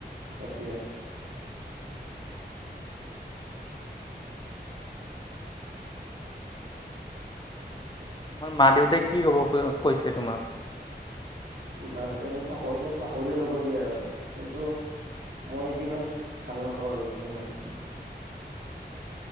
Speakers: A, on the right; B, on the left.
A: তাকে৷
B: তোমাৰ মা দেউতাই কি হ'ব কৈছে তোমাক?
A: মাহতে চাকৰ চাকৰি ল'ব দিয়ে আৰু কিন্তু মই সেইটো ইমান ভাল নাপাওঁ আৰু সেইটো ইমান৷